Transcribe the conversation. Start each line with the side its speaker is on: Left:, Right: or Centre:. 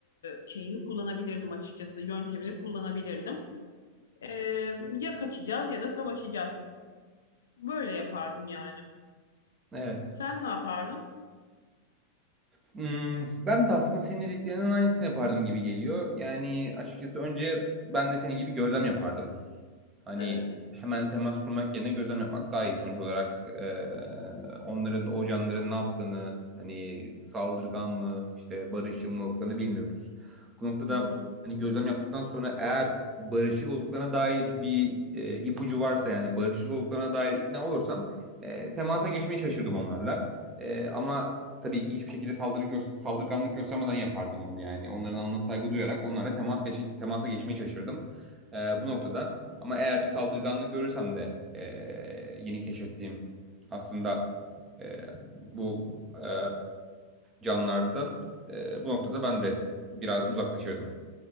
Left: şeyini kullanabilirdim açıkçası. Yöntemini kullanabilirdim. E, ya kaçacağız ya da savaşacağız. Böyle yapardım yani.
Right: Evet.
Left: Sen ne yapardın?
Right: Hmm, ben de aslında senin dediklerinin aynısını yapardım gibi geliyor. Yani açıkçası önce ben de senin gibi gözlem yapardım. Hani
Left: Evet.
Right: hemen temas kurmak yerine gözlem yapmak daha iyi. Sonuç olarak eee, onların, o canların ne yaptığını, hani saldırgan mı, işte barışçıl mı olduklarını bilmiyoruz. Bu noktada
Left: Hı hı.
Right: hani gözlem yaptıktan sonra eğer barışçıl olduklarına dair bir e, ipucu varsa yani barışçıl olduklarına dair ikna olursam e, temasa geçmeye şaşırdım onlarla. E, ama tabii ki hiçbir şekilde saldırı gö- saldırganlık göstermeden yapardım bunu yani. Onların alanına saygı duyarak onlarla temas geç- temasa geçmeye çalışırdım. Ee, bu noktada ama eğer bir saldırganlık görürsem de e, yeni keşfettiğim aslında e, bu e, canlılardan e, bu noktada ben de biraz uzaklaşırdım.